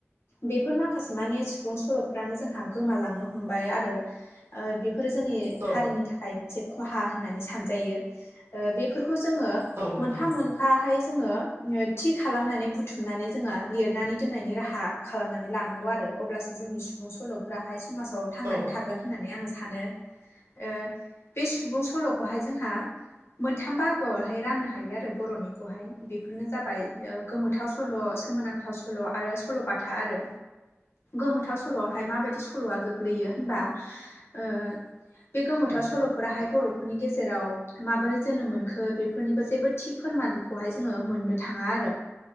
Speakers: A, on the left; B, on the right.
A: बेफोर मा माखासे मानि सुबुं सल'फोरानो जोंहा गोमालांनो हमबाय आरो बेफोरो जोंनि
B: ओ
A: हारिनि थाखाय मोनसे खहा होननानै सानजायो बेफोरखौ जोङो
B: औ नोंथां
A: मोनफा मोनफाहाय जोङो थि खालामनानै बुथुमनानै जोङहा लिरनानै दोननायनि राहा खालामनानै लानांगौ आरो अब्लासो जोंनि सुबुं सल'फोराहाय समाजाव
B: औ
A: थांनानै थागोन
B: औ
A: होननानै आङो सानो ओ बे सुबुं सल'खौहाय जोंहा मोनथाम बाहागोआवहाय राननो हायो आरो बर'निखौहाय बेफोरनो जाबाय गोमोथाव सल' सोमोनां सुंद' सल, सल'बाथा आरो गोमोथाव स सल'आवहाय माबायदि सल'आ गोग्लैयो होनबा ओ बे गोमोथाव सल'फोराहाय
B: औ
A: बर'फोरनि गेजेराव माबोरै जोनोम मोनखो बेफोरनिबो जेबो थि फोरमानखौहाय जोङो मोननो थाङा आरो